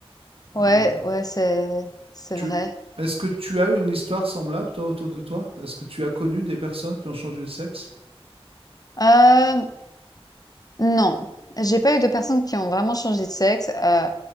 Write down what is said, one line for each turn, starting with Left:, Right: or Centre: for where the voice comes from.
Right: Euh,
Left: ouais, ouais, c'est c'est
Right: tu,
Left: vrai.
Right: est-ce que tu as une histoire semblable, toi, autour de toi? Est-ce que tu as connu des personnes qui ont changé de sexe?
Left: Euh, non, j'ai pas eu de personnes qui ont vraiment changé de sexe. euh,